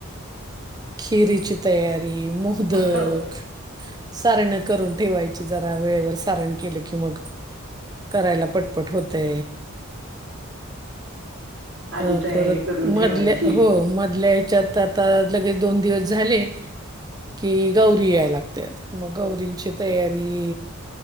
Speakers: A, on the right (about 20°); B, on the right (about 60°).
A: खिरीची तयारी मोदक,
B: होय
A: सारण करून ठेवायची जरा वेळेवर सारण केलं की मग, करायला पटपट होते.
B: आधी
A: ह
B: तयारी
A: परत
B: करून ठेवायची
A: मधल्या हो मधल्या याच्यात तर आता लगेच दोन दिवस झाले कि गौरी यायलाग त्यात मग गौरींची तयारी